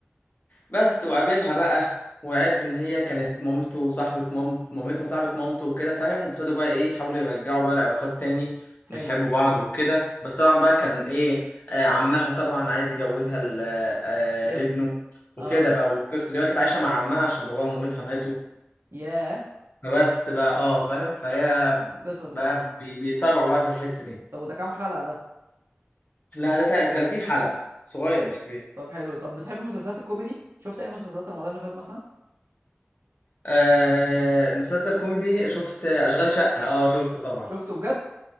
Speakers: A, on the left (about 45°); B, on the right (about 80°).
A: بس وقابلها بقى وعرف ان هي كانت مامته وصاحبة مامت مامتها صاحبة مامته وكده فاهم وابتدوا بقى ايه يحاولوا يرجعوا بقى العلاقات تاني
B: حلو
A: ويحبوا بعض وكده بس طبعا بقى كان ايه آه عمها طبعا عايز يجوزها ل- آه،
B: لبنى
A: آه، لابنه وكده
B: اه
A: بقى والقصة دي بقى كانت عايشة مع عمها عشان باباها ومامتها ماتوا
B: ياه
A: فبس بقى اه فاهم فهي
B: قصص
A: بقى
B: بقى
A: بي- بيصارعوا بقى في الحتة دي
B: طب وده كام حلقه ده
A: لا ده تل- 30 حلقة صغير مش كبير
B: طب حلو طب بتحب مسلسلات الكوميدي شفت اي مسلسلات رمضان اللي فات مثلا
A: آه مسلسل كوميدي شفت أشغال شقة اه شفته طبعا
B: شفته بجد